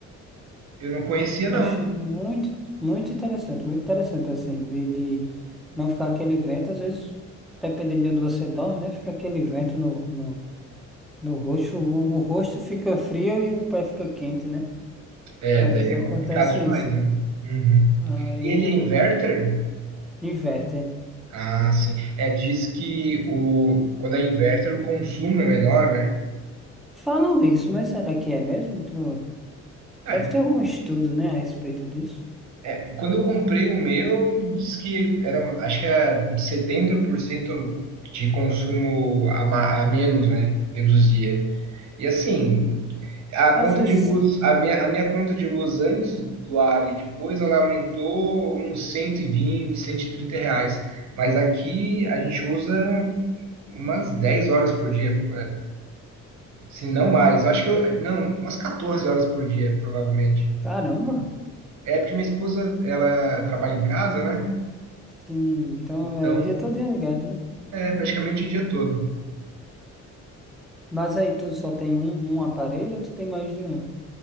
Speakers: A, on the right; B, in the centre.
A: eu não conhecia não.
B: Achei muito, muito interessante, muito interessante, assim, de, de não ficar aquele vento, às vezes, dependendo de onde você dorme, né? Fica aquele vento no, no, no rosto, o, o rosto fica frio e o pé fica quente, né?
A: É,
B: Às
A: daí
B: vezes
A: é
B: acontece
A: complicado demais,
B: isso.
A: né? Uhum.
B: Aí
A: E ele é inverter?
B: inverte.
A: Ah, sim. É, diz que o, quando é inverter o consumo é menor, né?
B: Falam isso, mas será que é mesmo? Tu...
A: Cara,
B: Deve ter algum estudo, né, a respeito disso.
A: é, quando eu comprei o meu, diz que era, acho que era 70% de consumo a, ma- a menos, né? Reduzia. E assim, a
B: Às
A: conta
B: vezes,
A: de luz, a minha, a minha conta de luz antes do ar e depois, ela aumentou uns cento cento e vinte, cento e trinta reais. Mas aqui a gente usa umas 10 horas por dia, se não mais. Eu acho que eu, não, umas 14 horas por dia, provavelmente.
B: caramba,
A: É porque minha esposa, ela trabalha em casa, né?
B: sim, então
A: Então,
B: é o dia todo ligado, né?
A: é praticamente o dia todo.
B: Mas aí tu só tem um, um aparelho ou tu tem mais de um?